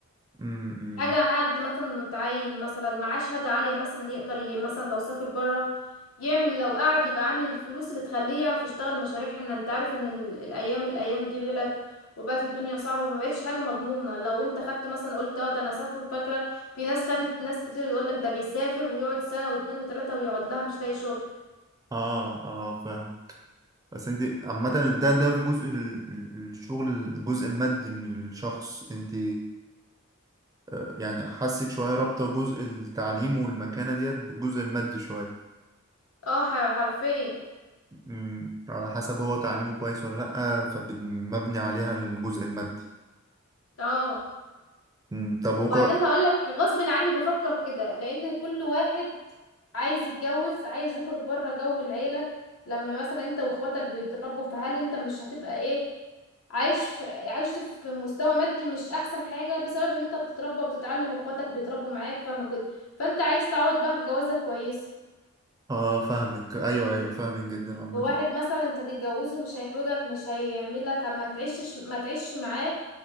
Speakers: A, on the right (about 15°); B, on the left (about 75°).
A: امم
B: حاجة حد مثلا متعين مثلا معاه شهادة عالية مثلا يقدر ي... مثلا لو سافر برا يعمل لو قعد يبقى عامل الفلوس اللي تخليه يعرف يشتغل مشاريع هنا انت عارف ان ال... الايام الايام دي غلت وبقت الدنيا صعبة فمبقتش حاجة مضمونة لو انت خدت مثلا قلت اه ده انا سافر فاكرة في ناس خدت ناس كتير يقولك ده بيسافر ويقعد سنة واتنين وتلاتة ويقعد لها مش لاقي شغل
A: اه اه فاهم بس انت عامة ده ده في جزء ال- ال- الشغل الجزء المادي من الشخص انت آه، يعني حسك شوية رابطة جزء التعليم والمكانة ديت بالجزء المادي شوية
B: اه ح- حرفيا
A: مم، على حسب هو تعليمه كويس ولا لأ فمبني عليها الجزء المادي
B: اه
A: مم، طب
B: وبعدين
A: وك...
B: هقول لك غصب عني بفكر كده لان كل واحد عايز يتجوز عايز يخرج بره جو العيله لما مثلا انت واخواتك بيتربوا فهل انت مش هتبقى ايه عايش في عايش في مستوى مادي مش احسن حاجه بسبب ان انت بتتربى وبتتعلم واخواتك بيتربوا معاك فاهمه كده فانت عايز تعوض بقى في جوازه كويسه
A: اه فاهمك ايوه ايوه فاهمك جدا عامة
B: وواحد مثلا انت تتجوزه مش هيحوجك مش هيعملك ما تعيشش ما تعيشش معاه